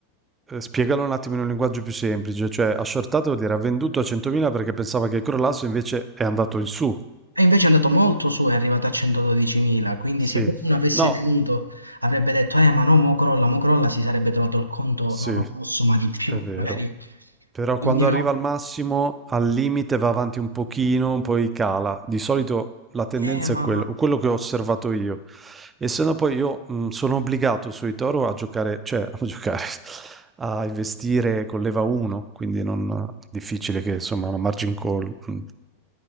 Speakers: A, on the right; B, on the right.
A: eh, spiegalo un attimo in un linguaggio più semplice, cioè ha shortato vuol dire ha venduto a 100.000 perché pensava che crollasse, invece è andato in su.
B: È invece è andato molto su, è arrivato a 112.000, quindi
A: Sì,
B: se poi uno avesse
A: no,
B: tenuto avrebbe detto, eh ma no, mo crolla, mo crolla, si sarebbe trovato il conto,
A: sì,
B: no,
A: è
B: no, posso, ma di più,
A: vero.
B: magari,
A: Però
B: quindi
A: quando
B: no,
A: arriva al massimo, al limite va avanti un pochino, poi cala. Di solito la tendenza
B: eh ma
A: è quello, quello che ho osservato io. E se no poi io mh, sono obbligato sui Toro a giocare, cioè a giocare, <laughs> a investire con leva 1, quindi non è difficile che insomma una margin call mh,